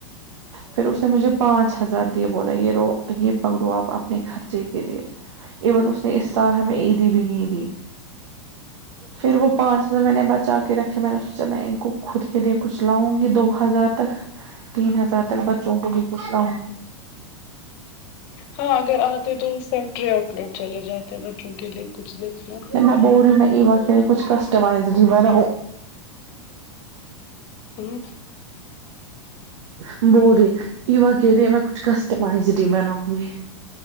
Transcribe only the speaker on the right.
پھر اس نے مجھے پانچ ہزار دیے بولا یہ رو یہ پکڑو آپ اپنے خرچے کے لیے ایون اس نے اس سال ہمیں عیدی بھی نہیں دی پھر وہ پانچ ہزار میں نے بچا کے رکھے میں نے اس جب میں ان کو خود کے لیے کچھ لاؤں گی دو ہزار تک تین ہزار تک بچوں کو بھی کچھ لا ؤ نگی
م بوریو میں ای و کچھسٹمائزڈ <unintelligible>
<unintelligible> بورے ایو کہہ رہی ہے میں کچھ کسٹمائزڈ ہی بناؤں گی